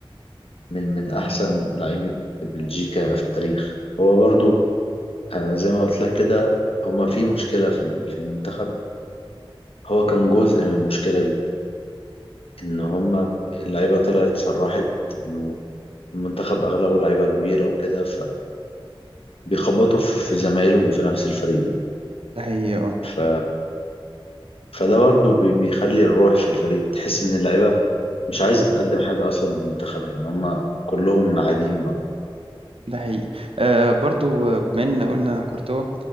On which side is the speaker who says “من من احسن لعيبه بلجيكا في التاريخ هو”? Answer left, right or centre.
Left